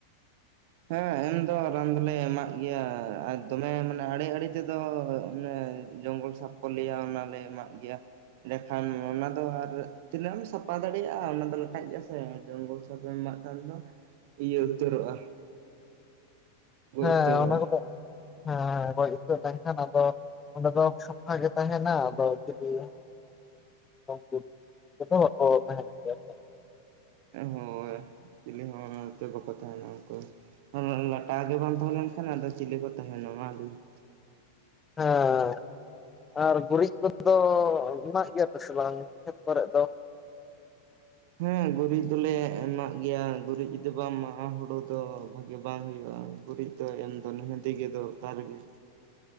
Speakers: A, on the right (about 50°); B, on the left (about 20°).
A: ᱦᱮᱸ ᱮᱢ ᱫᱚ ᱨᱟᱱ ᱫᱚᱞᱮ ᱮᱢᱟᱜ ᱜᱮᱭᱟ ᱟᱨ ᱫᱚᱢᱮ ᱢᱟᱱᱮ ᱟᱲᱮ ᱟᱲᱮ ᱛᱮᱫᱚ ᱚᱱᱮ ᱡᱚᱝᱜᱚᱞ ᱥᱟᱯ ᱞᱮᱭᱟ ᱚᱱᱟᱞᱮ ᱮᱢᱟᱜ ᱜᱮᱭᱟ, ᱮᱸᱰᱮᱠᱷᱟᱱ ᱚᱱᱟ ᱫᱚ ᱟᱨ ᱛᱤᱱᱟᱹᱜ ᱮᱢ ᱥᱟᱯᱷᱟ ᱫᱟᱲᱮᱭᱟᱜᱼᱟ ᱚᱱᱟ ᱫᱚ ᱞᱟᱴᱟᱜ ᱜᱮᱭᱟ ᱥᱮ ᱡᱚᱝᱜᱚᱞ ᱥᱟᱯᱷᱟᱢ ᱮᱢᱟᱜ ᱠᱷᱟᱱ ᱫᱚ ᱤᱭᱟᱹ ᱩᱛᱟᱹᱨᱚᱜᱼᱟ ᱾
B: ᱦᱮᱸ
A: ᱩᱛᱟᱹᱨᱚᱜᱼᱟ
B: ᱚᱱᱟ ᱠᱚᱫᱚ ᱦᱮᱸ ᱜᱚᱡ ᱩᱛ ᱞᱮᱱᱠᱷᱟᱱ ᱟᱫᱚ ᱚᱸᱰᱮ ᱫᱚ ᱥᱟᱯᱷᱟ ᱜᱮ ᱛᱟᱦᱮᱱᱟ, ᱟᱫᱚ ᱪᱤᱞᱤ ᱫᱚ <unintelligible> ᱵᱟᱠᱚ ᱛᱟᱦᱮᱱ ᱜᱮᱭᱟ ᱥᱮ
A: ᱦᱚᱭ ᱪᱤᱞᱤ ᱦᱚᱸ ᱵᱟᱠᱚ ᱛᱟᱦᱮᱱᱟ ᱩᱱᱠᱩ ᱞᱟᱴᱟᱜ ᱜᱮ ᱵᱟᱝ ᱛᱟᱦᱮᱸ ᱞᱮᱱᱠᱷᱟᱱ ᱟᱫᱚ ᱪᱤᱞᱤ ᱠᱚ ᱛᱟᱦᱮᱱᱟ ᱵᱟᱝ ᱾
B: ᱦᱟᱸ ᱾ ᱟᱨ ᱜᱩᱨᱤᱡ ᱠᱷᱚᱛ ᱫᱚ ᱮᱢᱟᱜ ᱜᱮᱭᱟᱯ ᱥᱮ ᱵᱟᱝ ᱠᱷᱮᱛ ᱠᱚᱨᱮ ᱫᱚ?
A: ᱦᱮᱸ ᱜᱩᱨᱤᱡ ᱫᱚᱞᱮ ᱮᱢᱟᱜ ᱜᱮᱭᱟ, ᱜᱩᱨᱤᱡ ᱡᱩᱫᱤ ᱵᱟᱢ ᱮᱢᱟᱜᱼᱟ ᱦᱩᱲᱳ ᱫᱚ ᱵᱷᱟᱜᱤ ᱵᱟᱝ ᱦᱩᱭᱩᱜᱼᱟ ᱾ ᱜᱩᱨᱤᱡ ᱫᱚ ᱮᱢ ᱫᱚ ᱱᱤᱦᱟᱹᱛᱤ ᱜᱮ ᱫᱚᱨᱠᱟᱨ ᱜᱮ ᱾